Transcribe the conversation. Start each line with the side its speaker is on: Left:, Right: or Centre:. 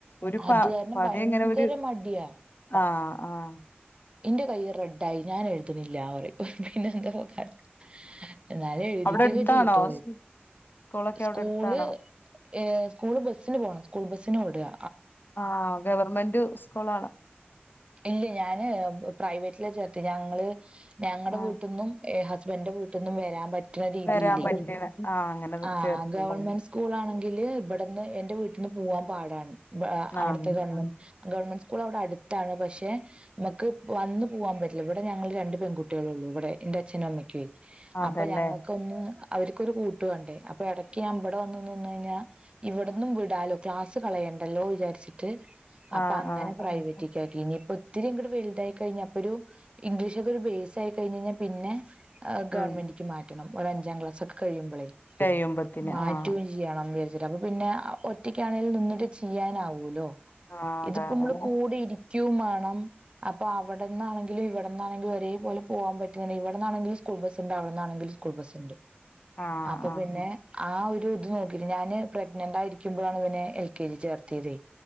Left: ഒരു പ
Right: അത് കാരണം
Left: പത
Right: ഭയങ്കര
Left: എങ്ങനെ ഒരു
Right: മടിയാ
Left: ആഹ് ആഹ്
Right: ഇന്റെ കൈയ്യും റെഡായി ഞാൻ എഴുതുന്നില്ല പറയു പിന്നെ എന്താപ്പകാ എന്നാലും എഴുതിക്കൊക്കെ
Left: അവിടെ അടുത്താണോ
Right: ചെയീട്ടോ
Left: സ്കൂളൊക്കെ
Right: സ്കൂള്
Left: അവിടെ അടുത്താണോ
Right: ഏഹ് സ്കൂൾ ബസ്സിന് പോണം സ്കൂൾ ബസിന് വിടാ
Left: ആഹ് ഗവൺമെന്റ് സ്കൂള് ആണ്
Right: ഇല്ല ഞാന് പ്രൈവറ്റിലാ ചേർത്തിയെ ഞങ്ങള് ഞങ്ങളുടെ
Left: ആഹ്
Right: വീട്ട്ന്നും ഹസ്ബൻഡന്റെ വീട്ടിൽന്നും വരാൻ പറ്റുന്ന രീതിൽ
Left: വരാൻ പറ്റണ ആഹ് അങ്ങനെ
Right: ആ
Left: ചേർത്തില്ല
Right: ഗവൺമെന്റ് സ് സ്കൂളാണെങ്കില് ഇവിടുന്ന് എന്റെ വീട്ടിൽന്ന് പൂവാൻ പാടാണ് അവിടുത്തെ
Left: ആഹ്
Right: ഗവൺമെന്റ്
Left: ആഹ്
Right: ഗവൺമെന്റ് സ്കൂൾ അവിടെ അടുത്താണ് പക്ഷെ നമ്മക്ക് വന്ന് പോവാൻ പറ്റില്ല ഇവിടെ ഞങ്ങള് രണ്ട് പെൺകുട്ടികളെ ഉള്ളു ഇവിടെ എന്റെ അച്ഛനും അമ്മയ്ക്കേ
Left: അതല്ലേ
Right: അപ്പൊ ഞങ്ങക്ക് ഒന്ന് അവർക്കൊരു കൂട്ട് വണ്ടേ അപ്പൊ ഇടയ്ക്ക് ഞൻ ഇവടെ ഒന്ന് നിന്ന് കയിഞ്ഞാൽ ഇവട്ന്നും വിടാലോ ക്ലാസ്സ് കളയണ്ടല്ലോ വിചാരിച്ചിട്ട് അപ്പൊ
Left: ആഹ്
Right: അങ്ങനെ പ്രൈവറ്റ്
Left: ആഹ്
Right: ഇനിയിപ്പൊ ഒത്തിരി കൂടെ വലുതായി കഴിഞ്ഞ അപ്പൊ ഒരു ഇംഗ്ലീഷൊക്കെ ഒരു ബേസ് ആയി കഴിഞ്ഞയിഞ്ഞാൽ പിന്നെ ഗവൺമെന്റിക്ക്
Left: ഉം
Right: മാറ്റണം ഒരു അഞ്ചാം കഴിയുമ്പോളേ
Left: കഴിയുമ്പത്തിന്
Right: മാറ്റുകയും
Left: ആഹ്
Right: ചെയ്യണംരിച്ചിട്ട് അപ്പൊ പിന്നെ ഒറ്റക്കാണെങ്കിൽ നിന്നിട്ട് ചെയ്യാനാവൂല്ലോ
Left: ആഹ് അതെ
Right: ഇതിപ്പോ
Left: അതെ
Right: നമ്മള് കൂടെ ഇരിക്കയും വേണം അപ്പൊ അവിടന്നാണെിലും ഇവിടെന്നാണെിലും ഒരേ പോല പോവാൻ പറ്റുന്നില്ല ഇവിടന്നാെിലും സ്കൂൾ ബസ് ഉണ്ട് അവിടെന്നാണെങ്കിലും സ്കൂൾ ബസ് ഉണ്ട്
Left: ആഹ്
Right: അപ്പൊ
Left: ആഹ്
Right: പിന്നെ ആഹ്‌ ഒരു ഇത് നോക്കി് ഞാന് പ്രെഗ്നന്റായിരിക്കുന്പോ ഇവനെ എൽ കെ ജി ചേർത്തത്